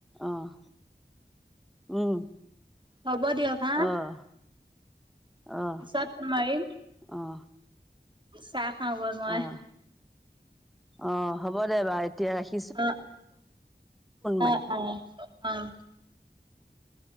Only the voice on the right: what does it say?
হ'ব দিয়ক। হা,
পিছত মাৰিম।
চাহ খাওঁগৈ মই।
অ',
অ', অ', অহ।